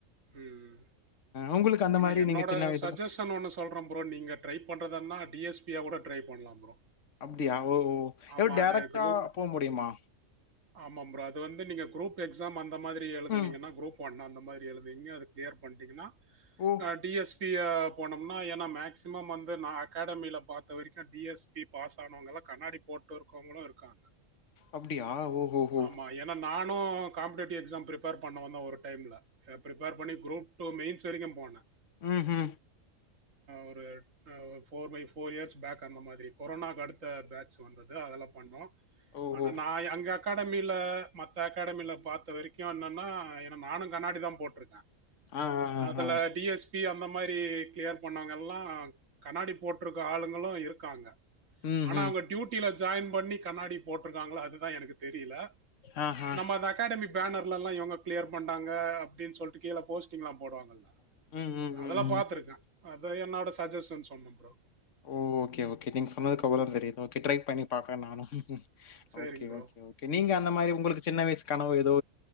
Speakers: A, on the right; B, on the left.
A: ம்
B: உங்களுக்கு அந்த
A: ஆனா
B: மாரி
A: என்னோட
B: நீங்க சின்ன வயசுல
A: சஜஷன் ஒண்ணு சொல்றேன் ப்ரோ நீங்க ட்ரை பண்றதுனா டிஎஸ்பி கூட ட்ரை பண்ணலா ப்ரோ
B: அப்டியா ஓ
A: ஆமா.
B: ஓ டேரக்ட்டா
A: அது குரூப்
B: போ முடியுமா
A: ஆமாம் ப்ரோ. அது வந்து நீங்க குரூப் எக்ஸாம் அந்த மாரி எழுதுனிங்கன்னா
B: ம்
A: குரூப் ஒன் அந்த அப்படி எழுதுங்கோ அது கிளியர் பண்ணிடிங்கன்னா
B: ஓ
A: ஆ டி எஸ் பிய போனோம்னா ஏன்னா மேக்ஸ்சிமம் வந்து நா அகாடமில பாத்த வரைக்கும் டிஎஸ்பி பாஸ் ஆனவங்க எல்லாம் கண்ணாடி போட்டு இருக்கவங்களும் இருக்காங்க
B: அப்டியா ஓ ஓ ஓ
A: ஆமா. ஏன்னா நானும் காம்படேட்டிவ் எக்ஸாம் ப்ரிப்பேர் பண்ண வந்தா ஒரு டைம் ல ப்ரிப்பேர் பண்ணி குரூப் டூ மெயின்ஸ் வரைக்கும் போன
B: ம் ம்
A: ஒரு four my four years back அந்த மாதிரி கொரோனாக்கு அடுத்த பேட்ச் வந்தது அதெல்லா பண்ணோ
B: ஓஹோ
A: ஆனா நா அங்க அகாடமில மத்த அகாடமில பாத்த வரைக்கும் என்னன்னா எனா நானுங கண்ணாடி தா போட்ருக்கே
B: ஆ ஆ ஆ
A: அதுல
B: ஆ
A: டி எஸ் பி அந்த அந்த மாதிரி கிளியர் பண்ணாங்க எல்லாம் கண்ணாடி போட்டிருக்க ஆளுங்களும் இருக்காங்க
B: ம்
A: ஆனா
B: ம்
A: அவங்க டியூட்டில ஜாயின் பண்ணி கண்ணாடி போட்டிருக்காங்கள அதுதா எனக்கு தெரில
B: ஆ ஹா
A: நம்ம அந்த அகாடமி பேனர்ல எல்லாம் இவங்க கிளியர் பண்ணாங்க அப்படின்னு சொல்லிட்டு கீழ போஸ்ட் லா போடுவாங்கல
B: ம் ம்
A: அதெல்லா
B: ம் ம்
A: பாத்திருக்க அதா என்னோட சஜஷன் சொன்ன ப்ரோ
B: ஓ ஓகே கே நீங்க சொன்னதுக்கு அப்ரம்
A: ம்
B: தெரிது ஓகே ட்ரை பண்னி பாகுற நானு
A: சரிங்க
B: ஒகே
A: ப்ரோ.
B: ஒகே நீங்க அந்த மாரி உங்களுக்கு சின்ன வயசுல கனவு ஏதோ